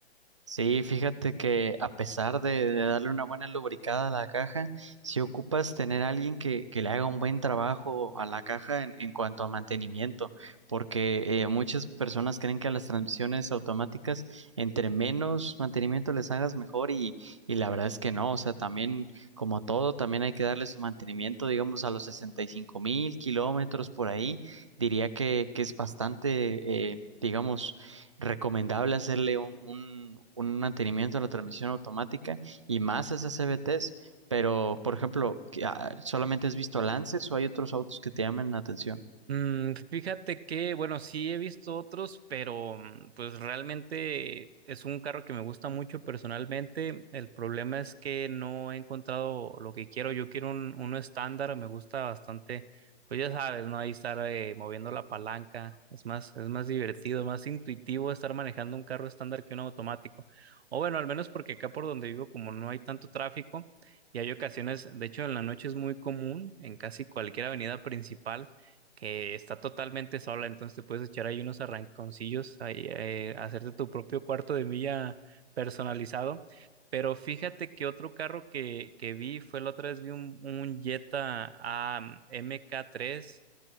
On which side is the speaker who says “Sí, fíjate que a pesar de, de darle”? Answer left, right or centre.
Right